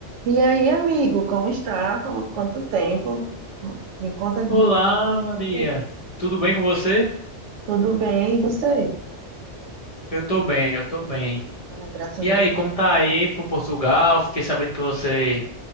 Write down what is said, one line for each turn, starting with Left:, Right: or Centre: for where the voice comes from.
Right: E aí, amigo, como está? Como, quanto tempo? Me conta de
Left: Olá, Maria.
Right: vida.
Left: Tudo bem com você?
Right: Tudo bem, e você?
Left: Eu tô bem, eu tô bem.
Right: Ai, graças a
Left: E aí, como tá aí, hein, pro Portugal? Fiquei sabendo que você